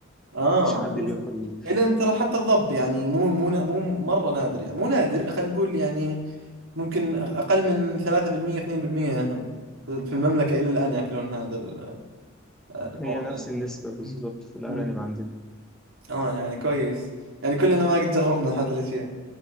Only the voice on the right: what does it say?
اه
انت لسه
إيه، لان ترى حتى الضب يعني مو مو نا- مو مره نادر يعني مو نادر خلينا نقول يعني ممكن اقل من 3% 2% في المملكه الى الان ياكلون هذا ال- الموضوع
مم.
مم.
اه يعني كويس يعني كلنا ما قد جربنا هذه الاشياء